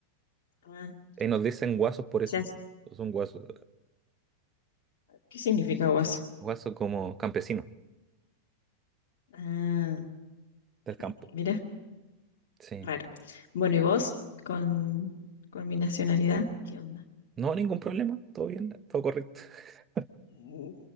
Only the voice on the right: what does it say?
Y nos dicen guasos por eso.
Son guasos.
Guasos como campesinos
del
campo.
Sí.
No, ningún problema, todo bien, todo correcto. <laughs>